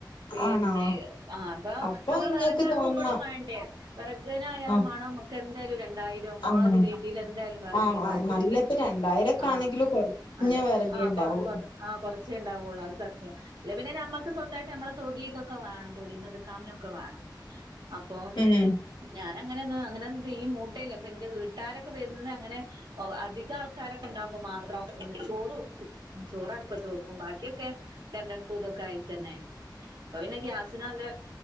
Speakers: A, on the right (about 70°); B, on the left (about 80°).
A: പിന്നെ
B: ആണോ
A: അപ്പ
B: അപ്പൊ
A: നമ്മള്
B: ഇങ്ങക്ക്
A: വെറക് എറക്കുമ്പോളും
B: തോന്നാ
A: വേണ്ടേ വെറകിനായാലും
B: ആഹ്
A: വേണം നമുക്ക് എന്തായ്ലൊരു രണ്ടായിരം
B: ആഹ്
A: ആ ഒരു രീതില് എന്തായാലും വെറകിനും
B: ആഹ് ആഹ്
A: വേണ്ടി
B: നല്ല
A: വരും
B: ഇപ്പ രണ്ടായിരൊക്കെ
A: ആഹ്
B: ആണെങ്കിലും കൊറഞ്ഞ
A: അതെ
B: വെറകെ
A: ആഹ്
B: ഉണ്ടാവൂ
A: പറഞ്ഞോ പറഞ്ഞോ ആഹ് കൊറച്ചേ ഇണ്ടാവുള്ളൂ അത് സത്യ അല്ലെ പിന്നെ ഞമ്മക്ക് സ്വന്തയിട്ട് ഞമ്മളെ തൊടിതൊക്കെ വേണം തൊടിന്ന് എടുക്കാനൊക്കെ വേണം അപ്പം
B: ഉം
A: ഞാനങ്ങനെന്ന് അങ്ങനെ തീയും മൂട്ടെല്ല് അപ്പ എന്റെ വീ ട്ടാരൊക്കെ വരുന്ന അങ്ങനെ ഒ അധിക ആൾക്കാരൊക്കെ ണ്ടാകുമ്പോ മാത്രം ചോറ് വെക്കും ചോറ് അടുപ്പത്ത് വെക്കും ബാക്കിയൊക്കെ കരണ്ടടുപ്പ് ഇതൊക്കെ ആയിട്ട് തന്നെയാണ് അപ്പ പിന്നെ ഗ്യാസ്സ്‌ നാലെ